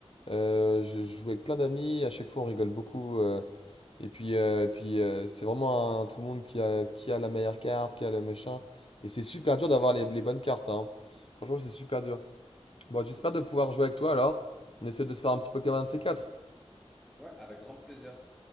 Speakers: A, on the left; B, in the centre.
A: euh, je je joue avec plein d'amis. À chaque fois, on rigole beaucoup. euh, et puis euh, et puis euh, c'est vraiment un- tout le monde qui a qui a la meilleure carte, qui a le machin. Et c'est
B: <laughs>
A: super
B: C'est
A: dur d'avoir
B: vrai que c'est
A: les,
B: assez
A: les bonnes
B: cool.
A: cartes, hein. Franchement, c'est super dur. Bon, j'espère de pouvoir jouer avec toi alors. On essaie de se faire un petit Pokémon C4.
B: Ouais, avec grand plaisir.